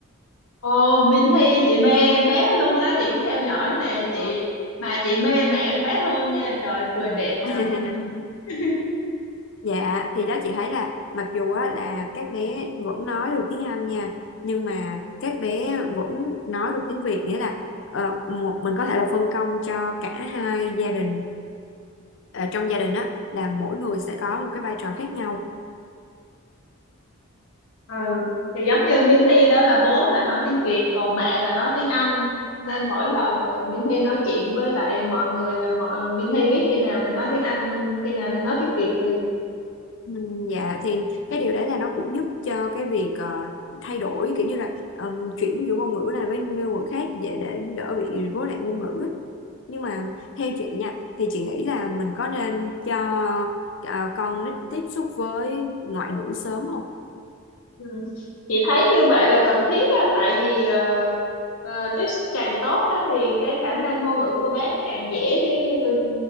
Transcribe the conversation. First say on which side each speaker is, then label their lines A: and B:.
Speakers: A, on the left; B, on the left.
A: Ồ, Minh Thi chị mê em bé đó luôn á chị cũng theo dõi nè
B: này
A: chị mà chị mê mẹ của bé hơn nha trời vừa đẹp mà
B: <laughs>
A: vừa giỏi. <laughs>
B: Dạ thì đó chị thấy là mặc dù á, là các bé vẫn nói được tiếng Anh nha nhưng mà các bé vẫn nói được tiếng Việt nghĩa là ờ, một mình có thể là phân công cho cả hai gia đình Ờ, trong gia đình á là mỗi người sẽ có một cái vai trò khác nhau
A: ừ thì giống như Minh Thi đó là bố là nói tiếng Việt còn mẹ là nói tiếng Anh nên mỗi lần ờ, Minh Thi nói chuyện với lại mọi người là mọi, Minh Thi biết khi nào nên nói tiếng Anh Minh khi nào nên nói tiếng Việt liền
B: Ừ, Dạ thì cái điều đấy là nó cũng giúp cho cái việc ờ, thay đổi kiểu như là ừm, chuyển giữa ngôn ngữ này với ngôn ngữ khác dễ để đỡ bị rối loạn ngôn ngữ ấy. Nhưng mà theo chị nha thì chị nghĩ là mình có nên cho ờ, con nít tiếp xúc với ngoại ngữ sớm không?
A: Ừ. Chị thấy như vậy là cần thiết á, tại vì ờ, ờ, tiếp xúc càng tốt á, thì cái khả năng ngôn ngữ của bé nó càng dễ chứ ừ,